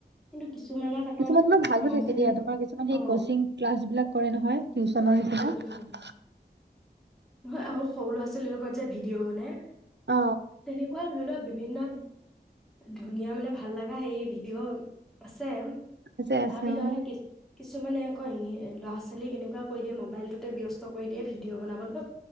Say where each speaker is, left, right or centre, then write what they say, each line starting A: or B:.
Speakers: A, in the centre; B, on the right.
A: কিন্তু কিছুমানত আকৌ
B: কিছুমান তোমাৰ ভালো
A: ল'ৰা
B: থাকে
A: ছোৱালীক
B: দিয়া তোমাৰ কিছুমান সেই
A: অ
B: কচিং ক্লাছ বিলাক কৰে নহয় টিউচনৰ নিচিনা।
A: উম উম নহয় আৰু সৰু ল'ৰা ছোৱালীলগত যে ভিডিঅ' বনাই
B: অ
A: তেনেকুৱাও ধৰি লোৱা বি ভিন্ন ধুনীয়া মানে ভাল লাগা সেই ভিডিঅ' আছে।
B: আছে আছে
A: তাৰ ভিতৰতে
B: অ
A: কিছ ওমানে আকৌ ল'ৰা ছোৱালীক কেনেকুৱা কৰি দিয়ে মোবাইলটোতে ব্যস্ত কৰি দিয়ে ভিডিঅ' বনাবলৈ